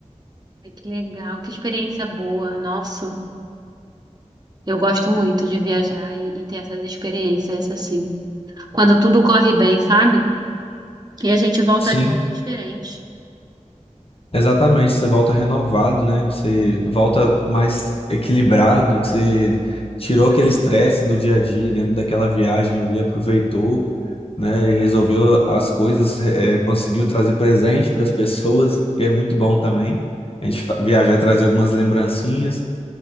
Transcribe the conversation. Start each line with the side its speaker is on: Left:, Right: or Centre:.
Right: Ai, que legal, que experiência boa, nossa. Eu gosto muito de viajar e, e ter essas experiências assim. Quando tudo corre bem, sabe? E a gente volta,
Left: Sim.
Right: volta diferente.
Left: Exatamente, você volta renovado, né? Você volta mais equilibrado, que você tirou aquele estresse do dia a dia dentro daquela viagem ali, aproveitou, né? E resolveu as coisas, eh, conseguiu trazer presente para as pessoas, <laughs> que é muito bom também. A gente fa- viajar e trazer algumas lembrancinhas